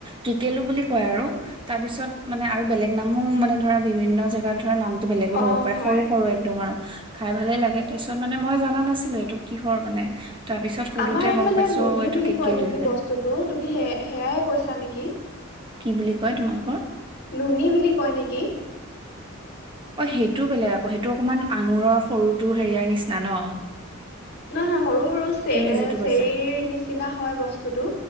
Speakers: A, on the right; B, on the left.
A: টিকেলো বুলি কয় আৰু তাৰপিছত মানে আৰু বেলেগ নামো মানে ধৰা বিভিন্ন জেগাত ধৰা নাম বেলেগো
B: অ
A: হ'ব পাৰে
B: হয়
A: সৰু সৰু একদম আৰু খাই ভালে লাগে তাৰ পিছত মানে মই জানা নাছিলো এইটো কিহৰ মানে তাৰ পিছত সুধোতে
B: আমাৰ এইফালে
A: গম পাইছো
B: নুনী
A: এইটো
B: বুলি
A: কেকেলু
B: কয় নেকি
A: বোলে
B: বস্তুটো তুমি সে সেয়াই কৈছা নেকি!
A: কি বুলি কয় তোমালোকৰ
B: নুনী বুলি কয় নেকি!
A: অ সেইটো বেলেগ আকৌ সেইটো অকনমান আঙুৰৰ সৰুটো হেৰিয়াৰ নিচিনা ন?
B: নহয় নহয় সৰু সৰু চ
A: তুমি
B: এ
A: যিটো
B: চেৰ
A: কৈছা
B: নিচিনা হয় বস্তুটো